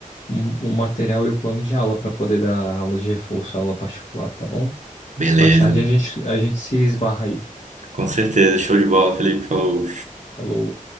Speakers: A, on the left; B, on the right.
A: um- o material e o plano de aula para poder dar aula de reforço, aula particular, tá bom?
B: Beleza.
A: Mais tarde a gente, a gente se esbarra aí.
B: Com certeza. Show de bola, Felipe. Falou.
A: Falou.